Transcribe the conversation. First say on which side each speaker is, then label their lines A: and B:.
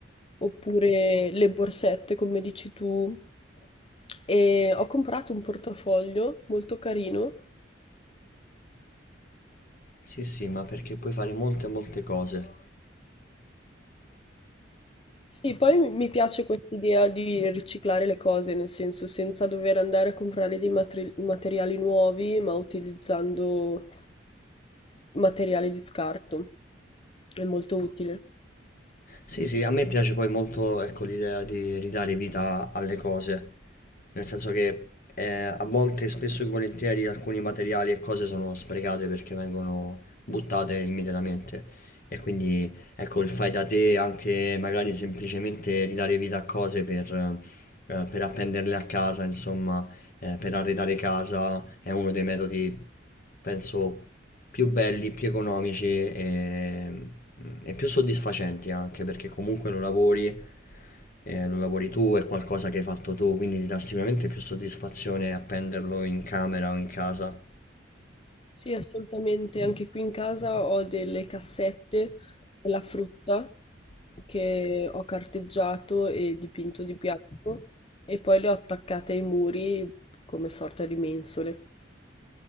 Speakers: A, on the left; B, on the left.
A: oppure le borsette, come dici tu. E ho comprato un portafoglio molto carino
B: Sì, sì, ma perché puoi fare molte molte cose.
A: Sì, poi mi mi piace quest'idea di riciclare le cose, nel senso senza dover andare a comprare dei matri- materiali nuovi, ma utilizzando materiale di scarto. È molto utile.
B: Sì, sì, a me piace poi molto, ecco, l'idea di ridare vita alle cose, nel senso che eh, a volte, spesso e volentieri, alcuni materiali e cose sono sprecate perché vengono buttate immediatamente e quindi, ecco, il fai da te, anche magari semplicemente ridare vita a cose per, eh, per appenderle a casa, insomma, eh, per arredare casa, è uno dei metodi, penso, più belli, più economici e, e più soddisfacenti anche perché comunque lo lavori, eh, lo lavori tu, è qualcosa che hai fatto tu, quindi ti dà sicuramente più soddisfazione appenderlo in camera o in casa.
A: Sì, assolutamente. Anche qui in casa ho delle cassette della frutta che ho carteggiato e dipinto di bianco e poi le ho attaccate ai muri come sorta di mensole.